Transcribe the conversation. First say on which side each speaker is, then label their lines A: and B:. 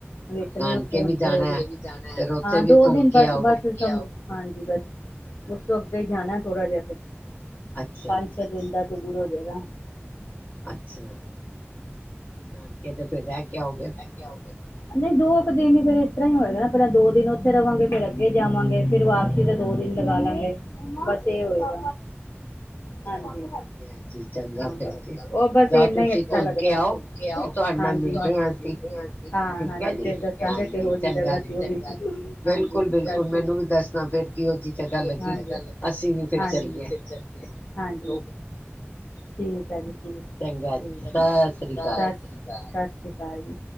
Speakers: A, on the left; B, on the left.
A: ਵੇਖਣੇ
B: ਨਾਨਕੇ
A: ਆ, ਉਥੇ
B: ਵੀ
A: ਹੁਣ ਜਾਣਾ,
B: ਜਾਣਾ ਹੈ ਫਿਰ ਉੱਥੇ ਵੀ
A: ਦੋ
B: ਘੁੰਮ
A: ਦਿਨ
B: ਕੇ
A: ਬਸ-ਬਸ
B: ਆਓਗੇ
A: ਹਾਂਜੀ ਬਸ,
B: ਹਾਂ
A: ਉਸ ਤੋਂ ਅੱਗੇ ਹੀ ਜਾਣਾ ਥੋੜ੍ਹਾ ਜਿਹਾ, ਫਿਰ
B: ਅੱਛਾ-ਅੱਛਾ।
A: ਪੰਜ ਛੇ ਦਿਨ ਦਾ ਟੂਰ ਹੋ ਜਾਏਗਾ।
B: ਅੱਛਾ, ਨਾਨਕੇ ਤੇ ਫਿਰ ਰਹਿ ਕੇ ਆੳਗੇ?
A: ਜਾਉਗੇ ਨਹੀਂ ਦੋ ਕੇ ਦਿਨ ਹੀ, ਫਿਰ ਇਸ ਤਰ੍ਹਾਂ ਹੀ ਹੋਏਗਾ ਨਾ, ਪਹਿਲਾਂ ਦੋ ਦਿਨ ਉੱਥੇ ਰਹਾਂਗੇ, ਫੇਰ ਅੱਗੇ ਜਾਵਾਂਗੇ। ਫੇਰ ਵਾਪਸੀ ਦਾ ਦੋ ਦਿਨ ਲਗਾ ਲਾਂਗੇ, ਬਸ
B: ਅੱਛਾ
A: ਇਹ
B: ਅੱਛਾ
A: ਹੋਏਗਾ।
B: ਚਲੋ
A: ਹਾਂਜੀ
B: ਵਧੀਆ ਜੀ ਚੰਗਾ
A: ਹਾਂ
B: ਫਿਰ
A: ਬਸ
B: ਜੀ,
A: ਉਹ ਬਸ
B: ਜਾਂਓ
A: ਇੰਨਾ
B: ਤੁਸੀਂ
A: ਹੀ ਅੱਛਾ
B: ਘੁੰਮ
A: ਲੱਗਦਾ
B: ਕੇ ਆਓ ਫਿਰ ਤੁਹਾਡੇ ਨਾਲ
A: ਹਾਂਜੀ
B: ਮਿਲਦੇ ਹਾਂ ਅਸੀਂ,
A: ਹਾਂ
B: ਠੀਕ
A: ਹਾਂਜੀ
B: ਹੈ ਜੀ,
A: ਫੇਰ ਦੱਸਾਂਗੇ
B: ਹਾਂਜੀ
A: ਕਿਹੋ ਜਿਹੀ
B: ਚੰਗਾ
A: ਜਗ੍ਹਾ
B: ਜੀ।
A: ਸੀ ਉਹ ਵੀ
B: ਬਿਲਕੁਲ-ਬਿਲਕੁਲ,
A: ਹਾਂਜੀ ਜੀ ਸਤਿ
B: ਮੈਨੂੰ ਵੀ ਦੱਸਦਾ ਫੇਰ ਕਹੋਜੀ ਜਗਗਾ ਲੱਗੀ,
A: ਸ਼੍ਰੀ ਅਕਾਲ।
B: ਅਸੀਂ ਵੀ ਫੇਰ
A: ਹਾਂਜੀ
B: ਚੱਲਏ।
A: ਹਾਂਜੀ, ਠੀਕ ਆ ਜੀ ਠੀਕ,
B: ਚੰਗਾ ਜੀ
A: ਸਤਿ ਸ੍ਰੀ ਅਕਾਲ।
B: ਸ੍ਰੀ
A: ਸਤਿ ਸ਼੍ਰੀ ਅਕਾਲ ਜੀ।